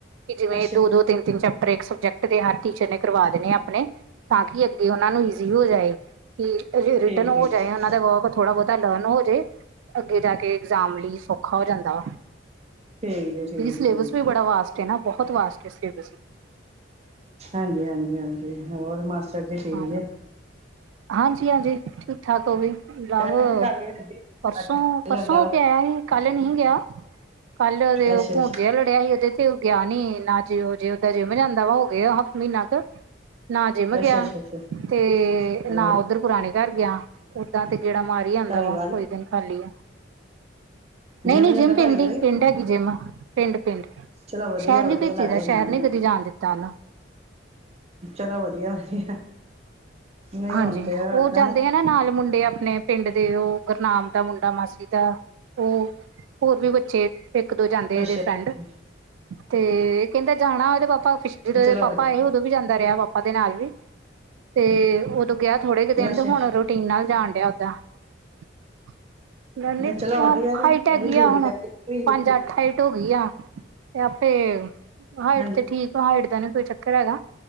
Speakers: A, on the right (about 85°); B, on the right (about 35°).
A: ਕਿ ਜਿਵੇਂ
B: ਅੱਛਾ।
A: ਦੋ-ਦੋ, ਤਿੰਨ-ਤਿੰਨ ਚੈਪਟਰ ਇੱਕ ਸਬਜੈਕਟ ਦੇ ਹਰ ਟੀਚਰ ਨੇ ਕਰਵਾ ਦੇਣੇ ਆ। ਅਪਣੇ ਤਾਂ ਕਿ ਅੱਗੇ ਔਨਾਂ ਨੂੰ ਈਜ਼ੀ ਹੋ ਜਾਏ ਕਿ ਰਿ ਰਿਟਨ
B: ਠੀਕ
A: ਹੋ
B: ਠੀਕ
A: ਜਾਏ
B: ਜੀ।
A: ਔਨਾਂ ਦੇ ਵਰਕ ਥੋੜਾ ਬੋਤਾ ਲਰਨ ਹੋ ਜੇ ਅੱਗੇ ਜਾ ਕੇ ਇਗਜ਼ਾਮ ਲਈ ਸੌਖਾ ਹੋ ਜਾਂਦਾ ਵਾ,
B: ਠੀਕ ਜੀ ਠੀਕ
A: ਕਿ ਸਿਲੇਬਸ
B: ਜੀ ਠੀਕ
A: ਵੀ ਬੜਾ ਵਾਸਟ ਨਾ ਬਹੁਤ ਵਾਸਟ ਏ ਸਿਲੇਬਸ ਵੀ।
B: ਹਾਂਜੀ, ਹਾਂਜੀ, ਹਾਂਜੀ। ਹੋਰ ਮਾਸੜ ਜੀ ਠੀਕ
A: ਹਾਂ
B: ਜੇ?
A: ਹਾਂਜੀ-ਹਾਂਜੀ, ਠੀਕ ਠਾਕ ਹੋ ਗਈ। ਲਾਵੋ
B: ਟੈਂਥ ਕਰ ਲਈ ਅੱਧੀ
A: ਪਰਸੋਂ, ਪਰਸੋਂ
B: ਜਾਂਦਾ
A: ਹੋ
B: ਵਾ
A: ਕੇ ਆਇਆ ਹੀ। ਕੱਲ ਨੀ ਹੀ ਗਿਆ ਕੱਲ ਦੇ
B: ਅੱਛਾ
A: ਭੂੰਡਜਿਆ
B: ਅੱਛਾ
A: ਸੜਿਆ <unintelligible> ਤੇ ਇੱਥੇ ਔ ਗਿਆ ਨੀ, ਨਾ ਜੇ ਔ ਜੇ ਔਦਾਂ ਜਿਮ ਜਾਂਦਾ ਵਾ ਹੋ ਗਿਆ ਹਫ਼ ਮਹੀਨਾ ਕ ਨਾ ਜਿਮ
B: ਅੱਛਾ
A: ਗਿਆ
B: ਅੱਛਾ ਅੱਛਾ
A: ਤੇ
B: ਚਲੋ
A: ਨਾ ਉੱਧਰ ਪੁਰਾਣੇ ਘਰ ਗਿਆ। ਔਦਾਂ ਤੇ ਗੇੜਾ ਮਾਰੀ ਈ ਆਂਦਾ
B: ਧਾਰੀਵਾਲ
A: ਵਾ ਕੋਈ ਦਿਨ ਖਾਲੀ ਆ। ਨਈ-ਨਈ
B: ਜਿਵੇਂ
A: ਜਿਮ
B: ਜਾਂਦਾ
A: ਪਿੰਡ
B: ਧਾਰੀਵਾਲ
A: ਈ ਪਿੰਡ ਹੈਗੀ ਜਿਮ। ਪਿੰਡ, ਪਿੰਡ
B: ਚਲੋ ਵਧੀਆ
A: ਸ਼ੈਰ ਨੀ
B: ਵਧੀਆ
A: ਭੇਜੀ
B: ਲਾਗੇ
A: ਦਾ,
B: ਛਾਂ
A: ਸ਼ੈਰ
B: ਦੇ
A: ਨੀ
B: ਨਾਲ
A: ਕਦੀ ਜਾਣ ਦਿੱਤਾ ਔਨੂੰ।
B: ਚਲੋ ਵਧੀਆ <unintelligible> ਨਹੀਂ
A: ਹਾਂਜੀ,
B: ਹੁਣ ਤੇ ਏਦਾਂ
A: ਔ ਜਾਂਦੇ ਐ ਨਾ ਨਾਲ ਮੁੰਡੇ ਆਪਣੇ ਪਿੰਡ ਦੇ, ਔ ਗੁਰਨਾਮ ਦਾ ਮੁੰਡਾ, ਮਾਸੀ ਦਾ। ਔ ਹੋਰ ਵੀ ਬੱਚੇ ਇੱਕ-ਦੋ ਜਾਂਦੇ
B: ਅੱਛਾ
A: ਇਦੇ ਫਰੈਂਡ ਤੇ ਕੈਂਦਾ ਜਾਣਾ। ਔਦੇ ਪਾਪਾ ਪਿਛ ਜਦੋਂ
B: ਤੇ
A: ਏ
B: ਚਲੋ
A: ਪਾਪਾ
B: ਵਧੀਆ
A: ਆਏ ਉਦੋਂ ਵੀ ਜਾਂਦਾ ਰਿਆ ਪਾਪਾ ਦੇ ਨਾਲ ਵੀ ਤੇ ਔਦੋਂ ਗਿਆ ਥੋੜੇ ਕ ਦਿਨ
B: ਅੱਛਾ
A: ਤੇ ਹੁਣ
B: ਅੱਛਾ
A: ਰੋਟੀਨ ਨਾਲ ਜਾਣ ਡਿਆ ਔਦਾ। ਹੁਣ ਏੰਦੀ ਅ
B: ਚਲੋ ਵਧੀਆ ਤੇ
A: ਹਾਈਟ
B: ਇਹ
A: ਹੈਗੀ
B: ਵੀ ਜ਼ਰੂਰੀ
A: ਆ ਹੁਣ
B: ਐਕਟੀਵਿਟੀ ਵੀ ਜ਼ਰੂਰੀ
A: ਪੰਜ ਅੱਠ ਹਾਈ ਟ ਹੋ ਗਈ ਆ ਤੇ ਆਪੇ ਹਾਈਟ
B: ਹਾਂਜੀ
A: ਤੇ ਠੀਕ ਆ ਹਾਈਟ ਦਾ ਨੀ ਕੋਈ ਚੱਕਰ ਹੈਗਾ।